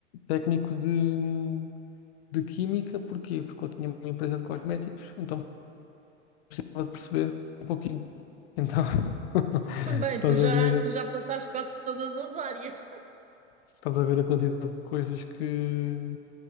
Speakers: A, on the left (about 60°); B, on the right (about 20°).
A: técnico de, hum, de química, porquê? Porque eu tinha uma empresa de cosméticos, então precisava de perceber um pouquinho. Então, <laughs>
B: <laughs> Bem,
A: Estás
B: tu já,
A: a ver,
B: tu já passaste quase por todas as áreas.
A: estás a ver a quantidade de coisas que,